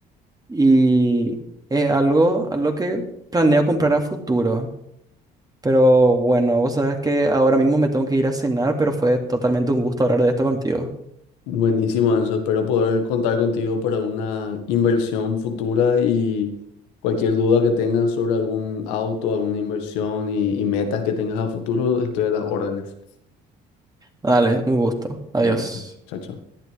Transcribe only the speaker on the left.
Buenísimo, Anso. Espero poder contar contigo para una inversión futura y cualquier duda que tengas sobre algún auto, alguna inversión y, y metas que tengas a futuro, estoy a las órdenes.
Gracias. Chao, chao.